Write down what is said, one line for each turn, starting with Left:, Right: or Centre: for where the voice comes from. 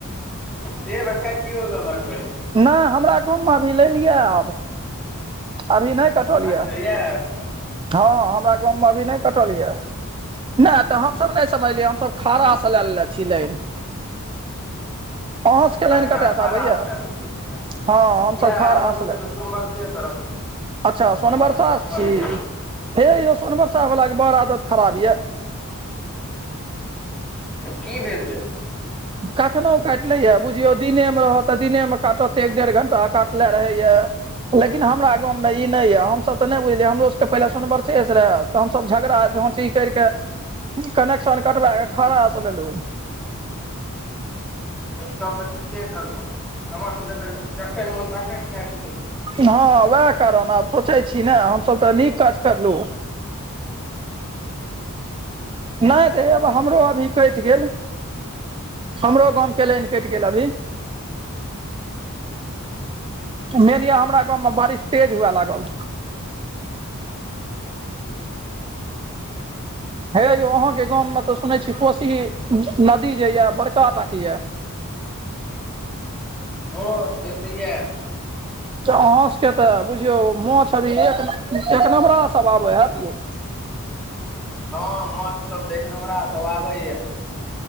Centre: देब काटियो लेलक लाइन।
Right: नहि हमरा कुन अभी लाइन या। आब अभी नहि। कटल
Centre: अच्छा
Right: यऽ
Centre: या
Right: हँ हमरा गाँव मे अभी नहि कटल यऽ। नहि तऽ हमसब नहि समझलियै हमसभ खड़ाँ स लैलेने छी लाइन।
Centre: <inaudible>
Right: अहाँ सबके लाइन
Centre: अच्छा
Right: कतयसँ
Centre: खाड़ा
Right: आबैया
Centre: स लए लेलियै दैन,
Right: हँ हमसभ
Centre: नहि
Right: खरास
Centre: हमर सबके तऽ सोम वषे तरफ
Right: अच्छा
Centre: हमर
Right: सोनबरसा
Centre: सबके सोनवर्षॊ
Right: स छी
Centre: के तक
Right: हे यौ सोनवर्षा वाला के बड़ आदत खराब या।
Centre: त की भेल जे।
Right: कखनो काटले यए, बुझियौ दिनेमे रहत तऽ दिनेमे काटत त एक डेढ़ घंटा काटले रहैया। लेकिन हमरा गाँम में ई नहि ये, हमसब ते नहि बुझलिये हमरो सब के पहिले सोनवर्षा शेष रहै। त हमसभ झगड़ा झाँटी करिके कनेक्शन कटबा के खड़ा से लेलहु।
Centre: तब त ठीके करलहुँ हमर सभके त जखन मोन तखन काटि लेइयै।
Right: हँ वएह कारण आब सोचै छी ने हमसभ त नीक काज करलु। नहि त हेबा हमरो अभी कइट गेल। हमरो गामके लैन कइट गेल अभी। मेन य हमरा गाँवमे बारिश तेज हुए लागल। हे यौ अहाँके गाममे ते सुनय छी कोशी नदी जे ये बड़का टा के यऽ।
Centre: ह से त यऽ।
Right: त अहाँ सबके त बुझियौ माछ अभी एक एक नम्बरा सब आबै हैत यौ।
Centre: हँ माछ सब त एक नम्बरा सब आबैए।